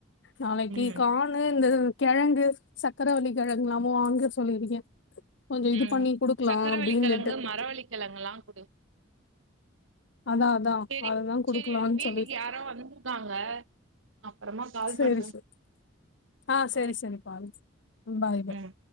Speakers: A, on the left (about 65°); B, on the right (about 80°).
A: நாளைக்கி
B: ம்
A: கானு இந்ததூ கெழங்கு சத் சக்கரவலி கெழங்கலாமோ வாங்க சொல்லிருக்கே கொஞ்சோ இது
B: உம்
A: பண்ணி குடுக்கலா
B: சக்கரவளிகெழங்கு
A: அப்டின்னுட்டு
B: மரவள்ளிகெழங்கெல்லாம் குடு
A: அதான் அதான்
B: சேரி
A: அததான் குடுக்கலாம்னு
B: சேரி எனக்கு வீட்டுக்கு
A: சொல்லிட்டு
B: யாரோ வந்திருக்காங்க நா அப்பறமா கால்
A: சேரி
B: பண்றே
A: சேரி ஆஹ்
B: பாய்
A: சேரி சேரி பாருங் பாய் பாய்
B: ம்